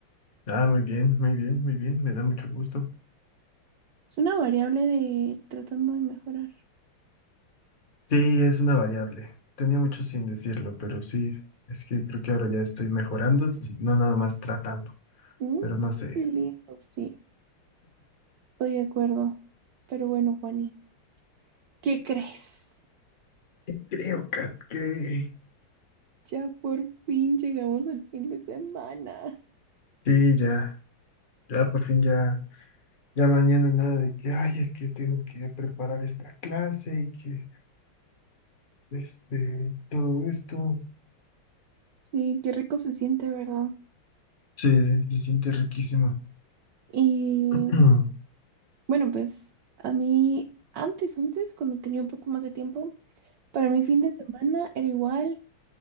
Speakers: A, on the left (about 25°); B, on the right (about 65°).
A: Ah, muy bien, muy bien, muy bien. Me da mucho gusto.
B: Es una variable de tratando de mejorar.
A: Sí, es una variable. Tenía mucho sin decirlo, pero sí, es que creo que ahora ya estoy mejorando, si no nada más tratando,
B: Mm,
A: pero no sé.
B: qué lindo, sí, estoy de acuerdo. Pero bueno, Juani, ¿qué crees?
A: Creo, Kat, que...
B: Ya por fin llegamos al fin de semana.
A: Sí, ya, ya por fin ya, ya mañana nada de que, ay, es que tengo que preparar esta clase y que, este, todo esto.
B: Sí, qué rico se siente, ¿verdad?
A: Sí, se siente riquísimo.
B: Y
A: <clears throat>
B: bueno, pues a mí, antes, antes, cuando tenía un poco más de tiempo, para mí fin de semana era igual.